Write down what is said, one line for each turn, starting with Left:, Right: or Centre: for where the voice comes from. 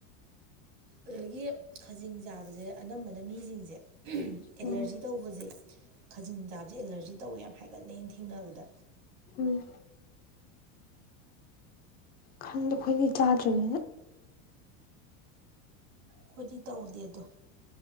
Right: ꯑꯗꯒꯤ ꯈꯖꯤꯡ ꯆꯥꯕꯁꯦ ꯑꯅꯝꯕꯅ ꯃꯤꯁꯤꯡꯁꯦ ꯑꯦꯂ꯭ꯔꯖꯤ
Left: ꯎꯝ
Right: ꯇꯧꯕꯖꯦ ꯈꯖꯤꯡ ꯆꯥꯕꯖꯦ ꯑꯦꯂ꯭ꯔꯖꯤ ꯇꯧꯋꯦ ꯌꯥꯝ ꯍꯥꯏꯒꯟꯂꯦ ꯑꯩꯟ ꯊꯦꯡꯅꯕꯗ
Left: ꯎꯝ ꯈꯪꯗꯦ ꯑꯩꯈꯣꯏꯗꯤ ꯆꯥꯗ꯭ꯔꯤꯝꯅꯤꯅ
Right: ꯈꯣꯏꯗꯤ ꯇꯧꯗꯦ ꯑꯗꯣ <unintelligible>